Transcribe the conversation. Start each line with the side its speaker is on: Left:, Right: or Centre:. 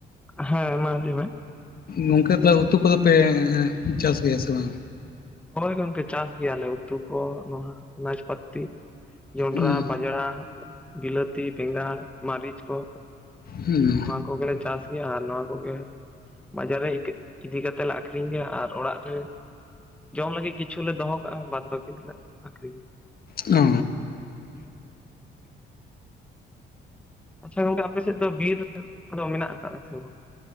Centre: ᱦᱮᱸ ᱢᱟ ᱞᱟᱹᱭ ᱢᱮ
Left: ᱜᱚᱝᱠᱮ ᱛᱟᱦᱚᱞᱮ ᱩᱛᱩ ᱠᱚᱫᱚ ᱯᱮ ᱮᱸ ᱪᱟᱥ ᱜᱮᱭᱟ ᱥᱮ ᱵᱟᱝ?
Centre: ᱦᱳᱭ ᱜᱚᱝᱠᱮ ᱪᱟᱥ ᱜᱮᱭᱟᱞᱮ ᱩᱛᱩ ᱠᱚ ᱱᱚᱣᱟ ᱟᱱᱟᱡ ᱯᱟᱛᱤ᱾ ᱡᱚᱸᱰᱨᱟ,
Left: ᱦᱩᱸ
Centre: ᱵᱟᱡᱽᱲᱟ, ᱵᱤᱞᱟᱹᱛᱤ ᱵᱮᱸᱜᱟᱲ, ᱢᱟᱨᱤᱪ ᱠᱚ᱾
Left: ᱦᱩᱸ
Centre: ᱱᱚᱣᱟ ᱠᱚᱜᱮ ᱞᱮ ᱪᱟᱥ ᱜᱮᱭᱟᱢ ᱟᱨ ᱱᱚᱣᱟ ᱠᱚᱜᱮ ᱵᱟᱡᱟᱨ ᱨᱮ ᱤᱫᱤ ᱠᱟᱛᱮ ᱞᱮ ᱟᱠᱷᱨᱤᱧ ᱜᱮᱭᱟ, ᱟᱨ ᱚᱲᱟᱜ ᱨᱮ ᱡᱚᱢ ᱞᱟᱹᱜᱤᱫ ᱠᱤᱪᱷᱩ ᱞᱮ ᱫᱚᱦᱚ ᱠᱟᱜ-ᱟ, ᱵᱟᱫ ᱵᱟᱠᱤ ᱞᱮ ᱟᱹᱠᱷᱨᱤᱧᱟ᱾
Left: ᱚ᱾
Centre: ᱟᱪᱪᱷᱟ ᱜᱚᱝᱠᱮ ᱟᱯᱮ ᱥᱮᱫ ᱫᱚ ᱵᱤᱨ ᱠᱚᱫᱚ ᱢᱮᱱᱟᱜ ᱠᱟᱜ-ᱟ ᱥᱮ ᱵᱟᱝ?